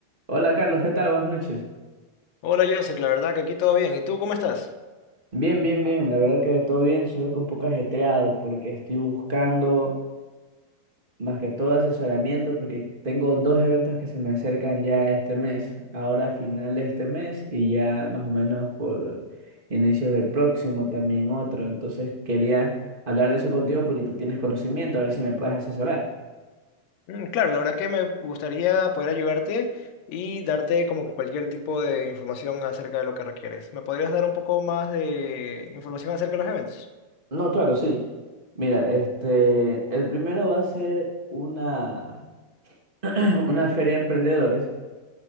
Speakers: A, on the right; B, on the left.
A: Hola Carlos, ¿qué tal? Buenas noches.
B: Hola, Joseph, la verdad que aquí todo bien. ¿Y tú cómo estás?
A: Bien, bien, bien. La verdad que todo bien, solo que un poco ajetreado porque estoy buscando más que todo asesoramiento porque tengo dos eventos que se me acercan ya este mes, ahora a final de este mes y ya más o menos por inicios del próximo también otro. Entonces quería hablar de eso contigo porque tú tienes conocimiento, a ver si me puedes asesorar.
B: Mm, claro, la verdad que me gustaría poder ayudarte y darte como que cualquier tipo de información acerca de lo que requieres. ¿Me podrías dar un poco más de información acerca de los eventos?
A: No, claro, sí. Mira, este, el primero va a ser una, <clears throat> una feria de emprendedores